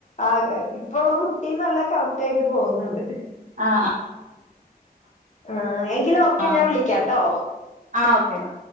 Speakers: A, on the left; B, on the right.
A: ആഹ് ഇപ്പോ ഉള്ള റൊട്ടീൻ നല്ല കറക്റ്റായിട്ടു പോകുന്നെണ്ട്
B: ആഹ് അ
A: ആഹ് എങ്കില് ഓക്കെ
B: ആഹ്
A: ഞാൻ വിളിക്കാട്ടോ
B: ആഹ് ഓക്കേന്നാ